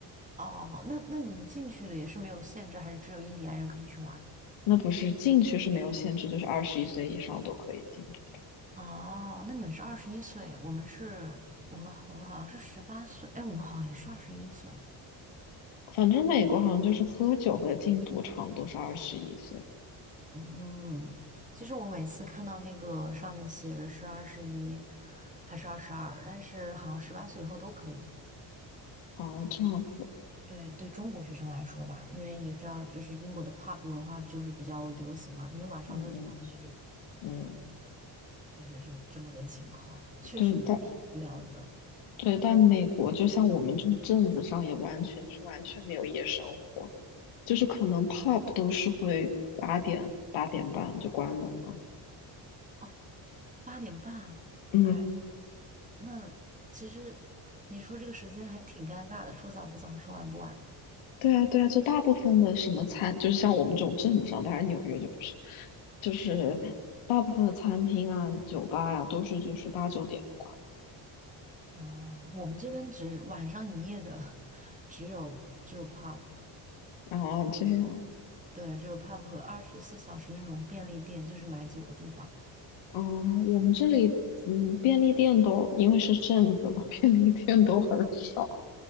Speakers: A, on the right; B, on the left.
A: 哦，那那你们进去的也是没有限制，还是只有印第安人可以去玩？
B: 那不是进去是没有限制，就是二十一岁以上都可以进赌。
A: 哦，那你们是二十一岁，我们是，我们我们好像是十八岁，哎，我们好像也是二十一岁。
B: 反正美国好像就是喝酒和进赌场都是二十一岁。
A: 嗯，其实我每次看到那个上面写的是二十一还是二十二，但是好像十八岁以后都可以。
B: 哦，这样子，
A: 对对中国学生来说吧，因为你知道，就是英国的 pub 文化就是比较流行嘛，因为晚上没有地方去，
B: 嗯嗯嗯，
A: 就是这么这么个情况，确实挺无聊的。
B: 对，但对，但美国就像我们这种镇子上也完全就是完全没有夜生活。就是可能 pub 都是会八点八点半就关门了。
A: 哦，八点半，
B: 嗯，
A: 哎，那其实你说这个时间还挺尴尬的，说早不早，说晚不晚的。
B: 对啊，对啊，就大部分的什么餐，就是像我们这种镇子上，当然纽约就不是，就是大部分的餐厅啊、
A: 嗯，
B: 酒吧呀、都是就是八九点就关。
A: 啊，我们这边只晚上营业的 <laughs> 只有只有 pub，
B: 然后这样，
A: 对，只有 pub 和二十四小时那种便利店，就是买酒的地方。
B: 嗯，我们这里，嗯，便利店都因为是镇子嘛，便利店都很少，
A: 嗯，